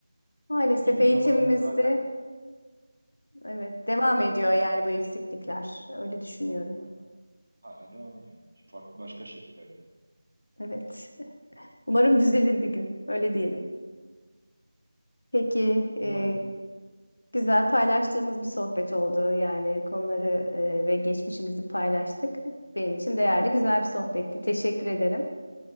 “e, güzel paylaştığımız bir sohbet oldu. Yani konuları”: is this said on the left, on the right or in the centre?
Left